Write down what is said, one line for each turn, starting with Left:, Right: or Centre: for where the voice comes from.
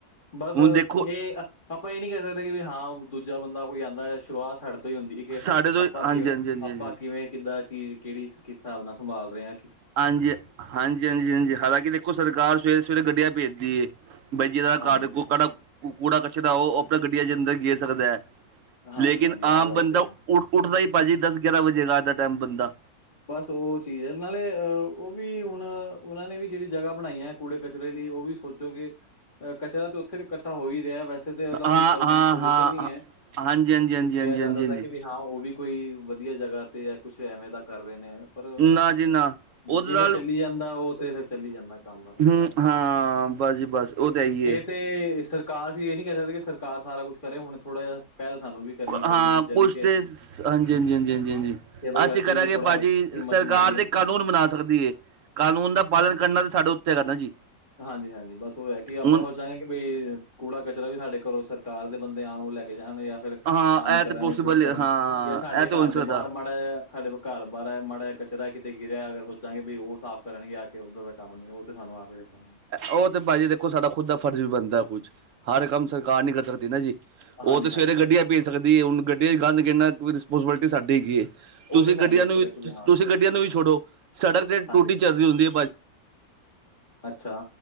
Left: ਬਸ-ਬਸ
Right: ਹੁਣ ਦੇਖੋ
Left: ਏ ਆਪਾਂ ਏ ਨੀ ਕੈ ਸਕਦੇ ਕਿ ਵੀ ਹਾਂ ਦੂਜਾ ਬੰਦਾ ਕੋਈ ਆਂਦਾ ਸ਼ੁਰੂਆਤ ਸਾਡੇ ਤੋਂ ਈ ਹੁੰਦੀ ਕੇ
Right: ਸਾਡੇ ਤੋਂ
Left: ਆਪਾਂ
Right: ਹਾਂਜੀ
Left: ਕਿਵੇਂ
Right: ਹਾਂਜੀ ਹਾਂਜੀ
Left: ਆਪਾਂ
Right: ਹਾਂਜੀ
Left: ਕਿਵੇਂ ਕਿੱਦਾਂ ਚੀਜ਼ ਕੇੜੀ ਕਿਸ ਹਿਸਾਬ ਨਾਲ ਸੰਭਾਲ ਰੇ ਆਂ।
Right: ਹਾਂਜੀ, ਹਾਂਜੀ, ਹਾਂਜੀ, ਹਾਂਜੀ ਹਾਲਾਂਕਿ ਦੇਖੋ ਸਰਕਾਰ ਸਵੇਰੇ-ਸਵੇਰੇ ਗੱਡੀਆਂ ਭੇਜਦੀ ਏ। ਬਾਈ ਜਿਦਾ
Left: ਹਾਂਜੀ
Right: ਘਰ ਕੜਾ ਕੂੜਾ ਕਚਰਾ ਓ ਅਪਨੇ ਗੱਡੀਆਂ ਦੇ ਅੰਦਰ ਗੇਰ ਸਕਦਾ ਐ।
Left: ਹਾਂਜੀ
Right: ਲੇਕਿਨ
Left: ਹਾਂਜੀ
Right: ਆਮ
Left: ਆਹ ਗੱਲ
Right: ਬੰਦਾ
Left: ਤੇ
Right: ਉੱਠ
Left: ਹੈ
Right: ਉੱਠਦਾ ਈ ਭਾਜੀ ਦੱਸ ਗਿਆਰਾਂ ਵੱਜੇ ਅੱਜ ਦਾ ਟਾਈਮ ਬੰਦਾ।
Left: ਬਸ ਓ ਚੀਜ਼ ਐ ਨਾਲੇ ਅਹ ਓ ਵੀ ਹੁਣ ਓਨਾਂ ਨੇ ਵੀ ਜੇੜੀ ਜਗ੍ਹਾ ਬਣਾਈ ਐ ਕੂੜੇ ਕਚਰੇ ਲਈ ਓ ਵੀ ਸੋਚ ਚੋਗੇ ਅ ਕਚਰਾ ਤੇ ਓਥੇ ਵੀ ਕੱਠਾ ਹੋ ਈ ਰਯਾ ਵੈਸੇ। ਤੇ ਓਦਾ
Right: ਹਾਂ
Left: ਕੋਈ ਪਰਮਾਨੈਂਟ
Right: ਹਾਂ
Left: ਸੋਲਿਊਸ਼ਨ
Right: ਹਾਂ
Left: ਨਈ ਐ
Right: ਹਾਂਜੀ ਹਾਂਜੀ
Left: ਤੇ
Right: ਹਾਂਜੀ
Left: ਕੇਆ
Right: ਹਾਂਜੀ
Left: ਜਾ
Right: ਹਾਂਜੀ
Left: ਸਕਦਾ
Right: ਹਾਂਜੀ
Left: ਕਿ ਵੀ ਹਾਂ ਓ ਵੀ ਕੋਈ ਵਦੀਆ ਜਗ੍ਹਾ ਤੇ ਯਾ ਕੁਛ ਐਵੇਂ ਦਾ ਕਰ ਰੇ ਨੇ। ਪਰ
Right: ਨਾ ਜੀ ਨਾ ਉਹਦੇ
Left: ਜਿਵੇਂ
Right: ਨਾਲ
Left: ਚੱਲੀ ਜਾਂਦਾ ਓ ਤੇ ਫਿਰ ਚੱਲੀ ਜਾਂਦਾ ਕੰਮ। ਏਦਾਂ
Right: ਹੂੰ,
Left: ਹੈ
Right: ਹਾਂ ਬਸ ਜੀ ਬਸ ਓ ਤੇ ਹੈ ਈ ਏ।
Left: ਇਹ ਤੇ ਸਰਕਾਰ ਅਸੀਂ ਏ ਨੀ ਕੈ ਸਕਦੇ ਕਿ ਸਰਕਾਰ ਸਾਰਾ ਕੁਛ ਕਰੇ ਹੁਨ ਥੋੜ੍ਹਾ ਜਾ ਪੈਲ ਸਾਨੂੰ ਵੀ ਕਰਨੀ ਪਏਗੀ
Right: ਹਾਂ,
Left: ਚੀਜ਼ਾਂ
Right: ਕੁਛ
Left: ਦੀ ਕਿ
Right: ਤੇ ਹਾਂਜੀ,
Left: ਕਿ
Right: ਹਾਂਜੀ, ਹਾਂਜੀ, ਹਾਂਜੀ, ਹਾਂਜੀ
Left: ਬਈ
Right: ਅਸੀਂ ਕਰਾਂਗੇ
Left: ਵੀ ਥੋੜਾ
Right: ਭਾਜੀ
Left: ਹਿੰਮਤ
Right: ਸਰਕਾਰ
Left: ਮਾਰੀਏ
Right: ਤੇ ਕਾਨੂੰਨ ਬਨਾ ਸਕਦੀ ਏ, ਕਾਨੂੰਨ ਦਾ ਪਾਲਨ ਕਰਨਾ ਤੇ ਸਾਡੇ ਉੱਤੇ ਹੈਗਾ ਨਾ ਜੀ।
Left: ਹਾਂਜੀ-ਹਾਂਜੀ ਬਸ ਓ ਹੈ ਕਿ ਆਪਾਂ
Right: ਹੁਣ
Left: ਸੋਚ ਚਾਂਗੇ ਕਿ ਬਈ ਕੂੜਾ ਕਚਰਾ ਵੀ ਸਾਡੇ ਘਰੋਂ ਸਰਕਾਰ ਦੇ ਬੰਦੇ ਆਣ ਓ ਲੈ ਕੇ ਜਾਣ ਏ ਫਿਰ
Right: ਹਾਂ
Left: ਕੰਮ ਕਰਨ
Right: ਇਹ ਤੇ ਪੋਸੀਬਲ
Left: ਯਾ ਕੁਛ ਕਰਨ
Right: ਹਾਂ
Left: ਜਾਂ ਸਾਡੇ
Right: ਇਹ ਤੇ
Left: ਘਰ
Right: ਹੋ ਨਹੀਂ
Left: ਦੇ
Right: ਸਕਦਾ
Left: ਬਾਰ ਮਾੜਾ ਜਾ ਸਾਡੇ ਘਰ ਬਾਰ ਮਾੜਾ ਕਚਰਾ ਕਿਤੇ ਗਿਰਯਾ ਅਗਰ ਸੋਚਾਂਗੇ ਵੀ ਓ ਸਾਫ਼ ਕਰਨਗੇ ਆ ਕੇ ਓਦਾਂ ਦਾ ਕੰਮ ਨੀ, ਓ ਤੇ ਸਾਨੂੰ ਆਪ ਈ <unintelligible>
Right: ਓ ਤੇ ਭਾਜੀ ਦੇਖੋ ਸਾਡਾ ਖੁਦ ਦਾ ਫਰਜ਼ ਵੀ ਬਨਦਾ ਕੁਛ, ਹਰ ਕੰਮ ਸਰਕਾਰ ਨੀ ਕਰ ਸਕਦੀ ਨਾ ਜੀ। ਓ
Left: ਹਾਂਜੀ
Right: ਤੇ
Left: ਹਾਂਜੀ
Right: ਸਵੇਰੇ ਗੱਡੀਆਂ
Left: ਹਾਂਜੀ
Right: ਭੇਜ ਸਕਦੀ ਏ ਹੁਨ ਗੱਡੀਆਂ ਚ ਗੰਦ ਗੇਰਨਾ ਰਿਸਪੋਂਸੀਬਿਲਿਟੀ ਸਾਡੀ ਹੈਗੀ ਏ। ਤੁਸੀਂ
Left: ਉਹ ਤੇ ਸਾਡੇ
Right: ਗੱਡੀਆਂ
Left: ਉੱਪਰ
Right: ਨੂੰ ਵੀ,
Left: ਹੈ ਕਿ ਹਾਂ
Right: ਤੁਸੀਂ ਗੱਡੀਆਂ ਨੂੰ ਵੀ ਛੋੜੋ ਸੜਕ ਤੇ
Left: ਹਾਂਜੀ
Right: ਟੂਟੀ ਚੱਲ ਰੀ ਹੁੰਦੀ ਐ ਭਾਜੀ।
Left: ਅੱਛਾ‌।